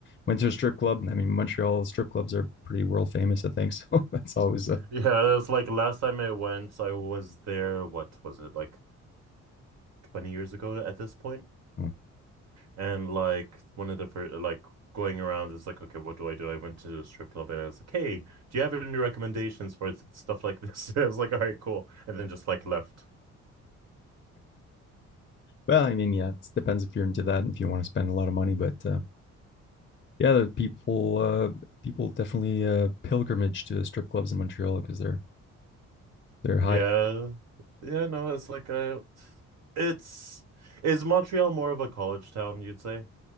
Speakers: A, on the left; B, on the right.
A: went to a strip club. I mean, Montreal strip clubs are pretty world famous, I think. <laughs> So that's always a
B: Yeah, it's like last time I went, I was there, what was it, like 20 years ago at this point?
A: hmm.
B: And like one of the first, like going around is like, okay, what do I do? I went to a strip club and I was like, hey, do you have any recommendations for th stuff like this? <laughs> I was like, all right, cool. And then just like left.
A: well, I mean, yeah, it depends if you're into that and if you want to spend a lot of money, but uh, yeah, the people uh, people definitely uh, pilgrimage to strip clubs in Montreal because they're they're high
B: Yeah. Yeah, no, it's like a it's is Montreal more of a college town, you'd say?